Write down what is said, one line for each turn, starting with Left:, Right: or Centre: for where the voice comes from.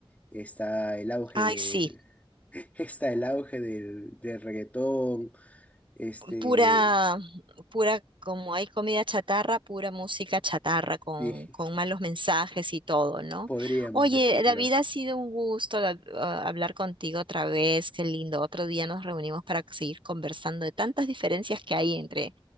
Left: está el auge
Right: Ay,
Left: del,
Right: sí.
Left: <laughs> está el auge del, del reggaetón. Este,
Right: pura, pura, como hay comida chatarra, pura música chatarra con,
Left: sí,
Right: con malos mensajes y todo, ¿no?
Left: podríamos
Right: Oye,
Left: decirlo.
Right: David, ha sido un gusto da- ah, hablar contigo otra vez, qué lindo. Otro día nos reunimos para seguir conversando de tantas diferencias que hay entre,